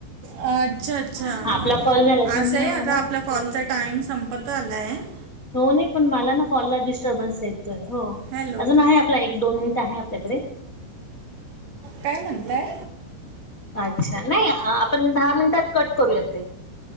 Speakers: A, on the right (about 65°); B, on the left (about 45°).
A: आठ अच्छा अच्छा
B: आपला कॉल झाला की
A: असं
B: मी
A: आहे
B: ना
A: आता आपला कॉलचा टाईम संप पता ह <unintelligible>
B: <unintelligible> पण मला ना कॉलला डिस्टर्बन्स येतोय हो
A: हॅलो
B: अजून आहे आपला एक दोन मिनिट आहे आपल्याकडे
A: काय म्हणताय
B: अच्छा नाही आ आपण दहा मिनिटात कट करूयात ते.